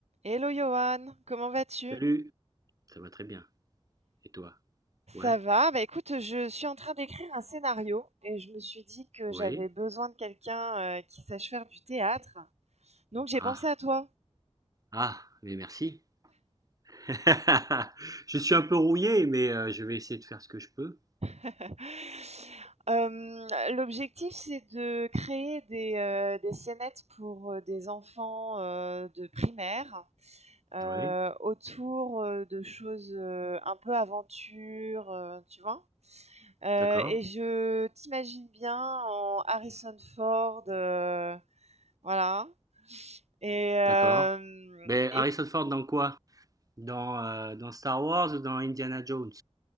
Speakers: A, on the right; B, on the right.
A: Hello Johan, comment vas-tu?
B: Salut, ça va très bien. Et toi? Ouais,
A: Ça va? Bah écoute, je suis en train d'écrire un scénario et je me suis dit que
B: oui.
A: j'avais besoin de quelqu'un euh, qui sache faire du théâtre. Donc j'ai
B: Ah,
A: pensé à toi.
B: ah, mais merci. <laughs> Je suis un peu rouillé, mais euh, je vais essayer de faire ce que je peux.
A: <laughs> Euh, l'objectif, c'est de créer des, euh, des scénettes pour euh, des enfants euh, de primaire. Heu,
B: Oui,
A: autour, euh, de choses, euh, un peu aventure, euh, tu vois? Heu
B: d'accord,
A: et je t'imagine bien en Harrison Ford, heu, voilà et hem
B: d'accord. Mais
A: et
B: Harrison Ford dans quoi? Dans, euh, dans Star Wars ou dans Indiana Jones?